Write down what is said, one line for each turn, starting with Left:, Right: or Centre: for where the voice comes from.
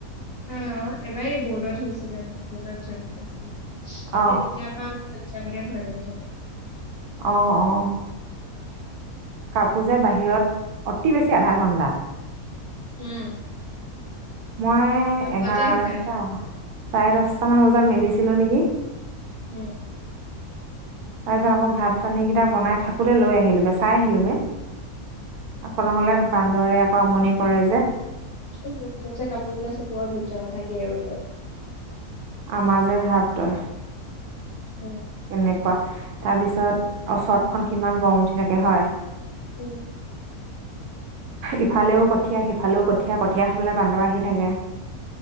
Left: অ এবাৰ বৰ্ডত হৈছিলে মানে বৰ্ডত জ্বলি গৈছিলে সেই
Right: অ',
Left: তেতিয়াৰ পৰা মোৰ এতিয়ালেকে ভয় লাগি থাকে
Right: অহ অহ কাপোৰ যে বাহিৰত অতি বেছি আধা ঘন্টা
Left: উম
Right: মই
Left: লগতে
Right: এঘাৰটা
Left: শুকাই
Right: চাৰে দশটামান বজাত মেলিছিলো নেকি
Left: উম
Right: তাৰপিছত আকৌ ভাত পানী কেইটা বনাই থাকোতে লৈ আহিলোগে চাই আহিলোগে আকৌ নহলে বান্দৰে আকৌ আমনি কৰে যে
Left: উম <unintelligible> কেইটা চকুৰ ধৈৰ্য নথাকে এ ৰ'দত
Right: আমাজে ভাৱ তই
Left: উম
Right: তেনেকুৱা তাৰপিছত আৰু চৰতখন কিমান গৰম উঠি থাকে হয়
Left: উম
Right: ইফালেও কঠীয়া সিফালেও কঠিয়া কঠিয়া খাবলে বান্দৰ আহি থাকে